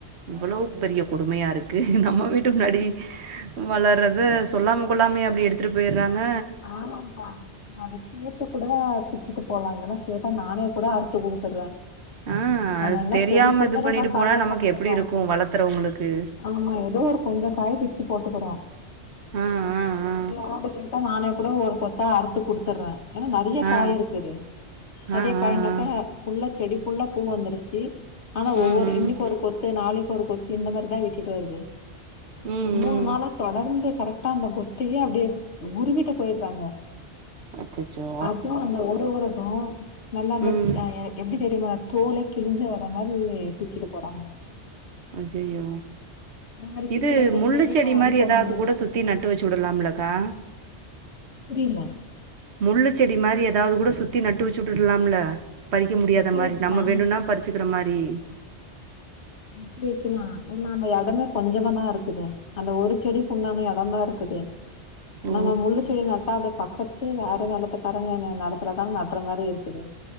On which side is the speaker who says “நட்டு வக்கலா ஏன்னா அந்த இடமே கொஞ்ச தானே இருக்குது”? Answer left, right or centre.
Left